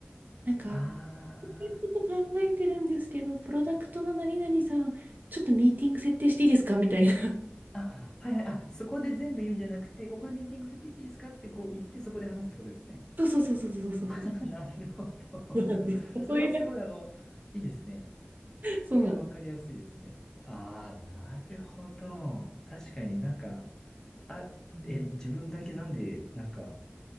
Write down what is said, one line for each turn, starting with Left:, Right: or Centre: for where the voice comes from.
Right: なんか、
Left: あ
Right: ちょっと考えてるんですけど、
Left: ー。
Right: プロダクトの何々さん、ちょっとミーティング設定していいですかみたいな。
Left: あ、はいはい、あ、そこで全部言うんじゃなくて、ここでミーティング設定していいですかってこう言って、そこで話すってことですね。
Right: <laughs> そうそうそうそうそうそうそう。
Left: <laughs> なるほど。
Right: そうなんです。
Left: <laughs> それはすごい、
Right: そういう、
Left: あの、いいですね。それはわかりやすいですね。
Right: そうなんです。
Left: ああ、なるほど。確かになんか、あ、
Right: うん
Left: え、自分だけなんで、なんか、